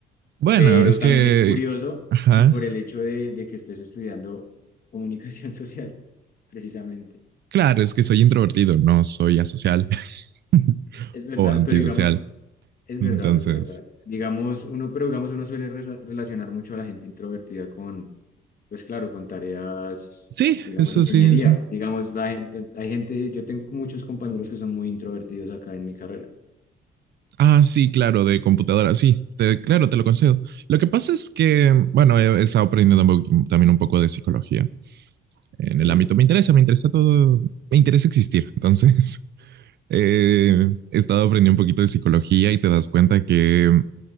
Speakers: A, on the right; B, on the left.
A: Bueno,
B: pero
A: es
B: también
A: que,
B: es curioso,
A: ajá.
B: pues por el hecho de, de que estés estudiando comunicación <laughs> social, precisamente.
A: Claro, es que soy introvertido, no soy asocial. <laughs>
B: Es verdad,
A: o antisocial.
B: pero digamos, es
A: Entonces,
B: verdad, es verdad. Digamos, uno, pero digamos, uno suele resa- relacionar mucho a la gente introvertida con, pues claro, con tareas,
A: sí,
B: digamos,
A: eso
B: ingeniería.
A: sí, sí.
B: Digamos, la gente, hay gente, yo tengo muchos compañeros que son muy introvertidos acá en mi carrera.
A: Ah, sí, claro, de computadora, sí, te- claro, te lo concedo. Lo que pasa es que, bueno, he he estado aprendiendo un poqu- también un poco de psicología en
B: ok.
A: el ámbito. Me interesa, me interesa todo, me interesa existir. Entonces, <laughs> eh, he estado aprendiendo un poquito de psicología y te das cuenta que